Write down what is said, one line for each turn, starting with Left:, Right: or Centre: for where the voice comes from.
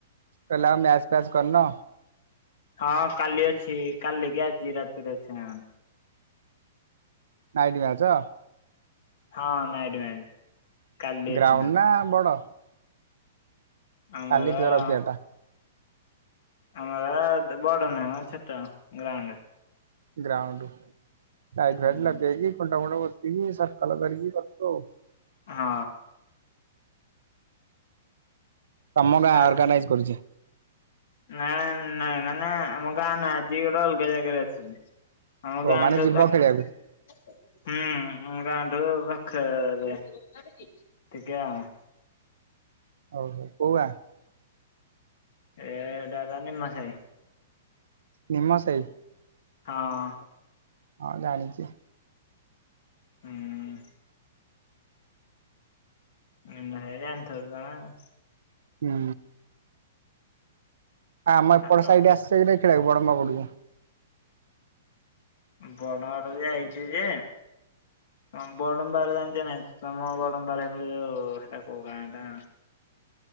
Right: ତାଲେ ଆଉ ମ୍ୟାଚ୍ ଫ୍ୟାଚ୍ କରିନ?
Left: ହଁ କାଲି ଅଛି କାଲି କି ଆଜି ରାତିରେ ଅଛି ହଁ।
Right: Night match.
Left: ହଁ ନାଇଟ ମ୍ୟାଚ୍। କାଲି ଅଛି
Right: ଗ୍ରାଉଣ୍ଡ ନା ବଡ।
Left: ଆମର
Right: କାଲି ଥିବ ରବିଆଟା।
Left: ଆମର ବଡ ନୁହେଁମ ଛୋଟ ଗ୍ରାଉଣ୍ଡ।
Right: ଗ୍ରାଉଣ୍ଡ ସାଇଟ
Left: ହୁଁ।
Right: ଫାଇଟ ଲଗେଇକି ଖୁଣ୍ଟଫୁଣ୍ଟ ପୋଟ ତିକି ସର୍କଲ କରିକି କରିଥିବ ଆଉ।
Left: ହଁ।
Right: ତମ ଗାଁ
Left: ଆଜି
Right: ଅର୍ଗାନାଇଜ କରୁଛି
Left: ନାଇଁ ନାଇଁ ମାନେ। ନାଇଁ ଆମ ଗାଁ ନା ଆଜି ଗୋଟେ ଅଲଗା ଜାଗାରେ ଅଛି। ଆମ
Right: ଓ
Left: ଗାଁଠୁ
Right: ମାନେ ଯିବ
Left: ପା
Right: ଖେଳିବାକୁ
Left: ହୁଁ ଆମ ଗାଁଠୁ ପା ଖରେ ଟିକେ ଆଉ।
Right: ଓ ହୋ କୋଉ ଗାଁ?
Left: ଏ ଡା ଦା ନିମଶାଇ।
Right: ନିମଶାଇ।
Left: ହଁ।
Right: ହଁ ଜାଣିଛି।
Left: ହୁଁ। ନିମସାଇ ଜାଣିଥିବ ତମେ?
Right: ହୁଁ। ହଁ ଆମ ଏପଟ
Left: ଆଉ କଣ
Right: ସାଇଟ୍ ଆସିଚ କି ନାହିଁ ଖେଳିବାକୁ ବଡମ୍ୱା ପଟକୁ?
Left: ବଡ଼ଗଡ ପଟକୁ ଯାଇଚି ଯେ ହଁ ବଡମ୍ବାର ଜାଣିଛ ନାଇଁ, ତମ ବଡମ୍ବାର ହେଇଟେ ହେଟା କୋଉ ଗାଁ ଟା